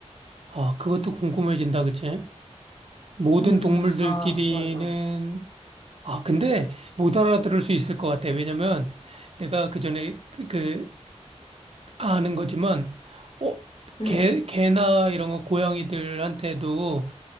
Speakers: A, on the right; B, on the left.
A: 아, 그것도 궁금해진다, 그치? 모든
B: 음,
A: 동물들끼리는,
B: 아, 맞아.
A: 아, 근데 못 알아들을 수 있을 것 같아. 왜냐면 내가 그 전에 그 아는 거지만, 어,
B: 음,
A: 개, 개나 이런 거 고양이들한테도